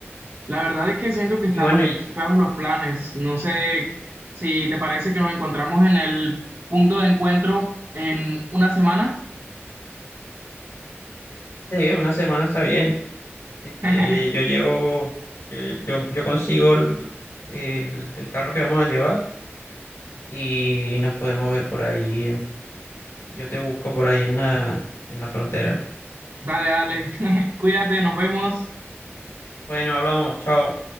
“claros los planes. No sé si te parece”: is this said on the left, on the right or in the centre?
Right